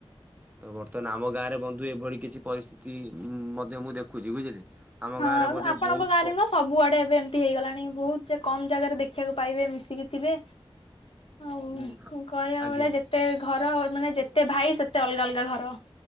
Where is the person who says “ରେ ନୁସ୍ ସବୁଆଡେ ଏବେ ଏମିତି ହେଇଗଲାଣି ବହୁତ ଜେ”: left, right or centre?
Left